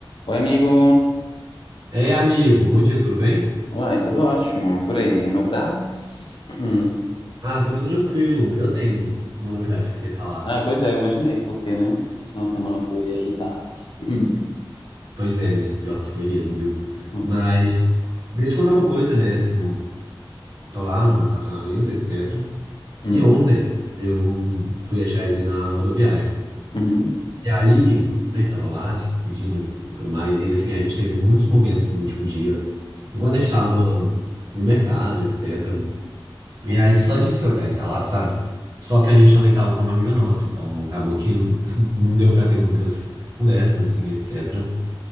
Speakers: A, on the left; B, on the right.
A: Oi, amigo.
B: Ei, amigo, bom dia, tudo bem?
A: Uai, tudo ótimo. Por aí, novidades? Hum.
B: Ah, tudo tranquilo. Eu tenho uma novidade que eu queria falar.
A: Ah, pois é, eu imaginei, porque, né? Final de semana foi agitado. Hum,
B: Pois é, menino, pior que foi mesmo, viu?
A: hum,
B: Mas queria te contar uma coisa, né? Assim, tô lá no meu relacionamento, etc.
A: hum,
B: E ontem eu fui achar ele na rodoviária.
A: uhum.
B: E aí, a gente tava lá se despedindo e tudo mais. E assim, a gente teve muitos momentos no último dia, enquanto a gente tava no mercado, etc. E aí, só de se olhar e tá lá, sabe? Só que a gente também tava com uma amiga nossa, então acabou que <laughs> não deu pra ter muitas conversas, assim, etc.